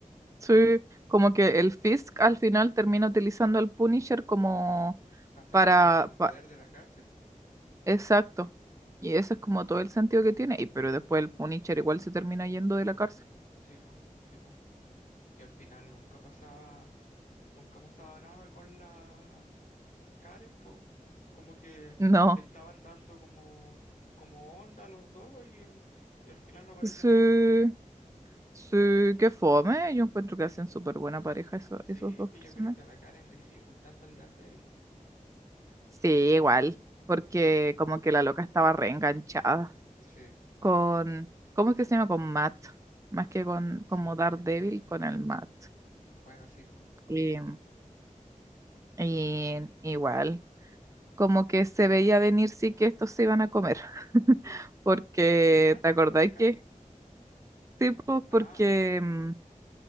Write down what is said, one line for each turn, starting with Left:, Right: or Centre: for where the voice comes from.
Right: sí, como que el Fisk al final termina utilizando al Punisher como
Left: Pasarse
Right: para...
Left: con el poder
Right: pa-
Left: de la cárcel.
Right: Exacto. Y eso es como todo el sentido que tiene. Y pero después el Punisher igual se termina yendo de la cárcel.
Left: Sí, po, sí, po. Y al final nunca pasaba, nunca pasaba nada con la Karen, po. Como que
Right: <laughs> No.
Left: le estaban dando como, como onda a los dos y, y, y al final no aparece
Right: Sí,
Left: nada.
Right: sí, qué fome. Yo encuentro que hacen súper buena pareja eso-
Left: Sí,
Right: esos dos
Left: es que
Right: personajes.
Left: yo creo que a la Karen le sigue gustando el Daredevil.
Right: Sí, igual, porque como que la loca estaba reenganchada
Left: Sí.
Right: con, ¿cómo es que se llama? Con Matt, más que
Left: Con-
Right: con como
Left: sigo
Right: Daredevil,
Left: con el Matt.
Right: con el Matt.
Left: Bueno, sí, po.
Right: Y, y igual, como que se veía venir sí que estos se iban a comer, <laughs> porque,
Left: ¿El Matt
Right: ¿te acordáis
Left: con la Karen?
Right: que? Sí, pues,
Left: Ah,
Right: porque, mm,